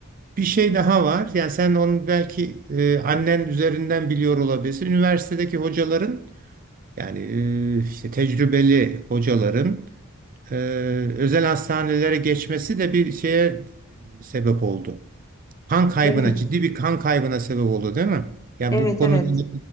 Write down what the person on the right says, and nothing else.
bir şey daha var. Yani sen onu belki e, annen üzerinden biliyor olabilirsin. Üniversitedeki hocaların yani e, işte tecrübeli hocaların e, özel hastanelere geçmesi de bir şeye sebep oldu. Kan kaybına,
ciddi bir kan kaybına sebep oldu, değil mi? Yani
bu konuda
ne,